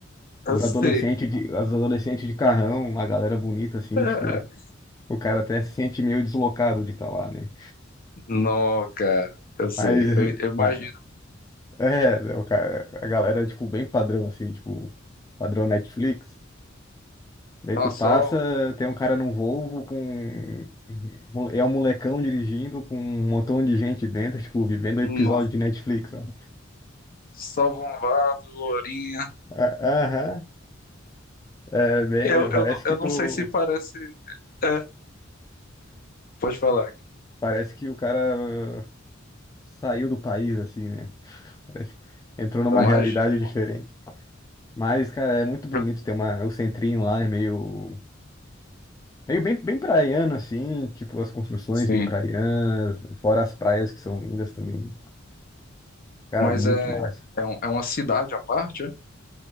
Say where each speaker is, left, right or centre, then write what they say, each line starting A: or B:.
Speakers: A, on the left; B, on the left.
A: os
B: Eu sei.
A: adolescentes de, as adolescentes de carrão, uma galera bonita, assim,
B: <laughs>
A: tipo, o cara até se sente meio deslocado de estar lá, né?
B: Não, cara, eu sei.
A: Mas,
B: Eu, eu imagino.
A: mas é, é, o cara, a galera, tipo, bem padrão, assim, tipo, padrão Netflix. Daí
B: Nossa,
A: tu passa,
B: só,
A: tem um cara num Volvo com. um, um, É um molecão dirigindo com um montão de gente dentro, tipo, vivendo
B: nossa,
A: episódio de Netflix. ó.
B: só bombado, lourinha.
A: Ah, Aham. É, bem,
B: Eu,
A: é,
B: eu,
A: parece
B: não,
A: que
B: eu
A: tu.
B: não sei se parece. É, pode falar.
A: Parece que o cara ah, saiu do país, assim, né? Parece- entrou numa
B: Eu imagino.
A: realidade diferente.
B: pô.
A: Mas, cara, é muito bonito,
B: Eu-
A: tem uma, o centrinho lá é meio. Meio bem, bem praiano, assim, tipo, as construções
B: Sim.
A: bem praianas, fora as praias que são lindas também. Cara,
B: Mas
A: muito
B: é,
A: massa.
B: é, um- é uma cidade à parte, é?